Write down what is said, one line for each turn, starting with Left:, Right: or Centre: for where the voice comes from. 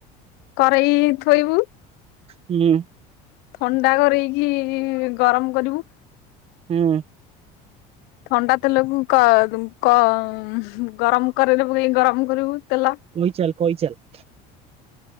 Left: କରେଇ ଥୋଇବୁ।
Right: ହୁଁ।
Left: ଥଣ୍ଡା କରେଇକି ଗରମ କରିବୁ।
Right: ହୁଁ।
Left: ଥଣ୍ଡା ତେଲକୁ କ କ ଗରମ କରେଇରେ ପକେଇକି ଗରମ କରିବୁ ତେଲ।
Right: କହି ଚାଲ କହି ଚାଲେ।